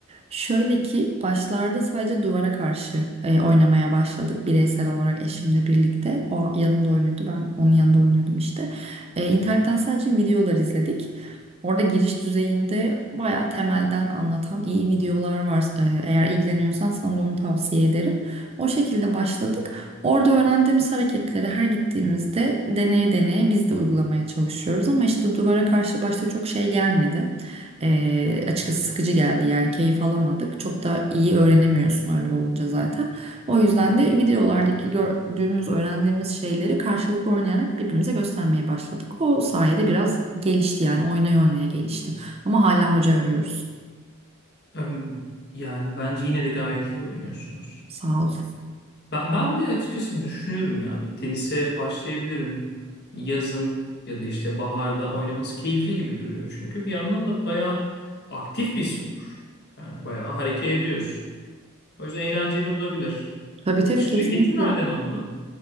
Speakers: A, on the right (about 30°); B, on the left (about 50°).
A: Şöyle ki başlarda sadece duvara karşı e, oynamaya başladık. Bireysel olarak eşimle birlikte. O yanımda oynuyordu. Ben onun yanında oynuyordum işte. E, internetten sadece videolar izledik. Orada giriş düzeyinde bayağı temelden anlatan iyi videolar var. Ee, Eğer ilgileniyorsan sana da onu tavsiye ederim. O şekilde başladık. Orada öğrendiğimiz hareketleri her gittiğimizde deneye deneye biz de uygulamaya çalışıyoruz. Ama işte duvara karşı başta çok şey gelmedi. Ee, açıkçası sıkıcı geldi yani keyif alamadık. Çok da iyi öğrenemiyorsun öyle olunca zaten. O yüzden de videolardaki gördüğümüz, öğrendiğimiz şeyleri karşılıklı oynayarak birbirimize göstermeye başladık. O sayede biraz gelişti yani oynaya oynaya gelişti. Ama hala hoca arıyoruz.
B: E, Yani bence yine de gayet iyi oynuyorsunuz.
A: Sağ ol.
B: Ben, ben de açıkçası düşünüyorum ya bir tenise başlayabilirim. Hani Yazın ya da işte baharda oynaması keyifli gibi duruyor. Çünkü bir yandan da bayağı aktif bir spor. Yani bayağı hareket ediyorsun. O yüzden eğlenceli olabilir.
A: Tabii tabii
B: Hiç
A: kesinlikle.
B: Raketi nereden aldın?